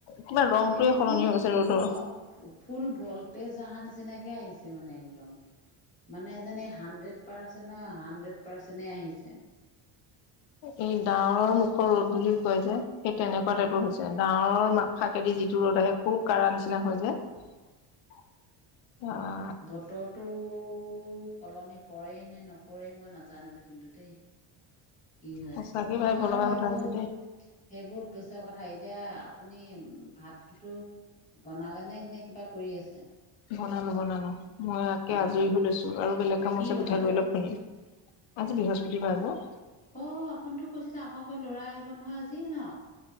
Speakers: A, on the left; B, on the left.
A: কিবা ৰংটোয়ে
B: এই ফুল
A: সলনি হৈ গৈছে ৰ'দৰ।
B: অ ফুল ভলটেজ, অহা নিচিনাকে আহিছে মানে, একদম। মানে এ যেনে, এই হাণ্ড্ৰেড পাৰ্চেণ্টৰ, হাণ্ড্ৰেড পাৰ্চেণ্টেই আহিছে।
A: এই ডাৱৰৰ মুখৰ ৰ'দ বুলি কয় যে, সেই তেনেকুৱা টাইপৰ হৈছে, ডাৱৰৰ ম ফাকেদি যিটো ৰ'দ আহে। খুব কাঢ়া নিচিনা, হয় যে।
B: <inaudible>
A: <unintelligible>
B: বতৰটো। টো সলনি কৰেই নে, নকৰেই, মই নাজানোঁ কিন্তু দেই। কি হয়,
A: সঁচাকে ভাবিব
B: বাৰু
A: লগা
B: সেইবোৰ
A: কথা হৈছে দেই
B: সেইবোৰ পিছৰ কথা, এতিয়া আপুনি, ভাতটোতো বনালে নে, এনে কিবা কৰি আছে।
A: বনালো, বনালোজ মই একে
B: অহ
A: আজৰি হৈ লৈছোঁ, আৰু বেলেগ কামও
B: কি
A: আছে
B: বনালে?
A: পিঠাগুৰি অলপ খুন্দ আজি বৃহস্পতিবাৰ ন।
B: অ', আপুনিতো কৈছিলে, আপোনোকৰ ল'ৰা আহিব নহয় আজি ন।